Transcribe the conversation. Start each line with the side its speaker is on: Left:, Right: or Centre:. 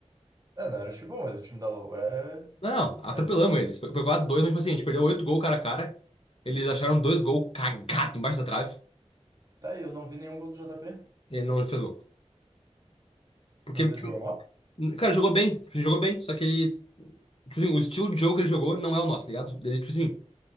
Right: É, não era o time bom, mas o time da LoL é...
Left: Não, não, atropelamos
Right: Né?
Left: eles. Foi, foi 4-2, mas tipo assim, a gente perdeu 8 gols cara a cara. Eles acharam dois gols cagados embaixo da trave.
Right: Tá aí, eu não vi nenhum gol do JP,
Left: Ele não fez gol. Porque,
Right: mas ele
Left: tipo,
Right: jogou mal?
Left: cara, jogou bem. tipo, ele Jogou bem, só que ele. Tipo assim, o estilo de jogo que ele jogou não é o nosso, tá ligado? Ele, tipo assim,